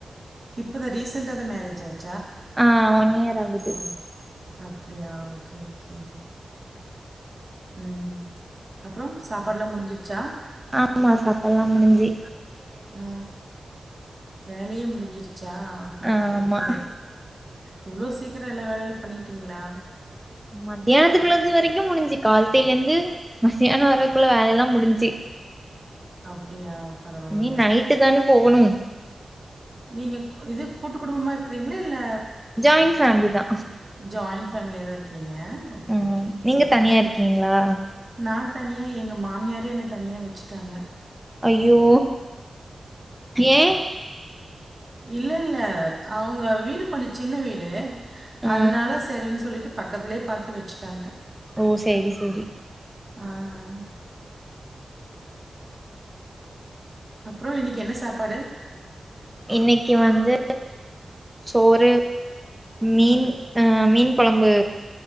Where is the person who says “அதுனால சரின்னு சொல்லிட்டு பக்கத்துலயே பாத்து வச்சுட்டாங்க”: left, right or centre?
Right